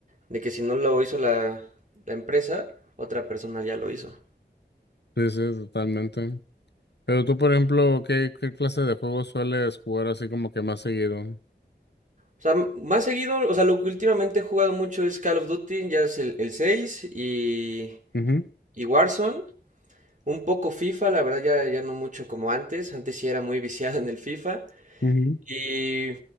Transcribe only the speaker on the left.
Sí, sí, totalmente. Pero tú, por ejemplo, ¿qué, qué clase de juegos sueles jugar así como que más seguido?
Ujú,
ujú,